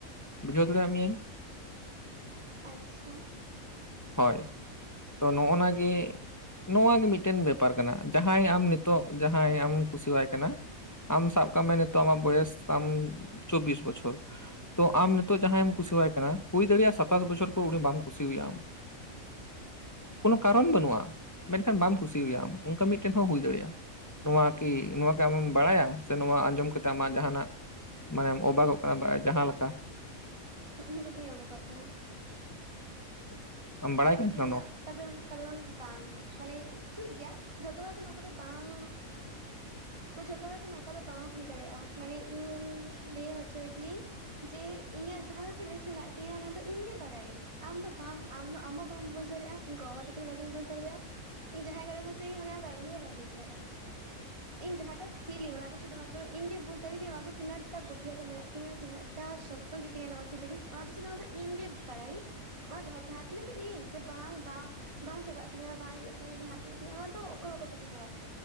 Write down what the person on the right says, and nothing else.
ᱟᱪᱪᱷᱟ
ᱤᱧᱫᱚ ᱚᱵᱷᱟᱯᱚᱜ ᱠᱟᱱᱟ ᱾
ᱠᱟᱨᱚᱱ
ᱤᱧᱟᱹᱜ
ᱠᱟᱨᱚᱱ ᱠᱟᱨᱚᱱ ᱵᱟᱝ ᱢᱟᱱᱮ ᱴᱷᱤᱠ ᱜᱮᱭᱟ ᱡᱷᱚᱛᱚ ᱦᱚᱲᱟᱜ ᱫᱚ ᱱᱚᱝᱠᱟ ᱫᱚ ᱵᱟᱝ ᱡᱷᱚᱛᱚ ᱦᱚᱲᱟᱜ ᱫᱚ ᱱᱚᱝᱠᱟ ᱫᱚ ᱵᱟᱝ ᱦᱩᱭ ᱫᱟᱲᱮᱭᱟᱜᱼᱟ ᱢᱟᱱᱮ ᱤᱧ ᱞᱟᱹᱭ ᱦᱚᱪᱚᱭ ᱫᱤᱭᱟᱹᱧ ᱡᱮ ᱤᱧᱟᱹᱜ ᱡᱟᱦᱟᱸ ᱯᱷᱤᱞᱤᱥ ᱢᱮᱱᱟᱜᱮᱱᱟᱜ ᱛᱤᱧᱟᱹ ᱚᱱᱟ ᱫᱚ ᱤᱧᱜᱮ ᱵᱟᱲᱟᱭᱟᱹᱧ ᱟᱢ ᱫᱚ ᱵᱟᱢ ᱟᱢ ᱟᱢ ᱦᱚᱸ ᱵᱟᱢ ᱵᱩᱡᱽ ᱫᱟᱲᱮᱭᱟᱜᱼᱟ ᱤᱧ ᱜᱚᱵᱟᱵᱟ ᱛᱤᱠᱤᱱ ᱦᱚ ᱵᱟᱠᱤᱱ ᱵᱩᱡᱽ ᱫᱟᱲᱮᱭᱟᱜᱼᱟ ᱾ ᱤᱧ ᱡᱟᱦᱟᱸᱭ <unintelligible> ᱠᱩᱥᱤ ᱤᱧ ᱩᱱᱤᱭᱚ ᱵᱟᱭ ᱩᱱᱤᱤᱭ ᱦᱚᱸ ᱵᱟᱭ ᱵᱩᱡᱷ ᱫᱟᱲᱮᱜᱼᱟ ᱾ ᱤᱧ ᱡᱟᱦᱟᱸᱴᱟ ᱯᱷᱤᱞᱤᱧ ᱚᱱᱟ ᱫᱚ ᱥᱩᱫᱷᱩ ᱢᱟᱛᱨᱚ ᱤᱧ ᱜᱮ ᱵᱩᱡ ᱫᱟᱲᱤᱧᱮ ᱚᱱᱟ ᱫᱚ ᱛᱤᱱᱟᱜ ᱴᱟᱜ ᱜᱵᱷᱤᱨᱚᱛᱟ ᱢᱮᱱᱟᱜ ᱛᱤᱧᱟᱹ ᱛᱤᱱᱟᱹ ᱴᱟᱜ ᱥᱚᱠᱛᱚ ᱜᱮᱛᱤᱧᱟ ᱱᱚᱣᱟ ᱯᱷᱤᱞᱤᱝᱥ ᱚᱱᱟ ᱫᱚ ᱥᱩᱫᱩ ᱫᱚ ᱤᱧ ᱜᱮ ᱵᱟᱲᱟᱭ ᱤᱧ ᱚᱱᱟ ᱡᱷᱚ ᱡᱷᱟ ᱤᱱᱟᱹ ᱜᱮ ᱞᱟᱹᱧᱟ ᱡᱮ ᱵᱟᱝ ᱵᱟᱝ ᱵᱟᱝ ᱪᱟᱵᱟᱜ ᱛᱤᱧᱟᱹ ᱵᱟᱝ ᱤᱭᱟᱜ ᱛᱤᱧᱟᱹ ᱡᱟᱦᱟᱸ ᱛᱤᱥ ᱜᱮ ᱚᱱᱟ ᱫᱚ ᱚᱠᱚᱭ ᱵᱟᱠᱚ ᱵᱤᱥᱟᱹᱥᱚᱜᱼᱟ ᱾